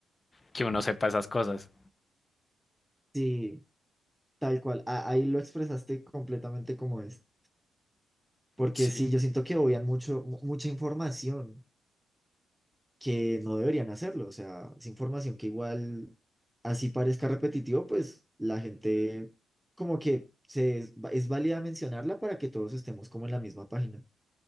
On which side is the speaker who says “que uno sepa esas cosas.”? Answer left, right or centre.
Left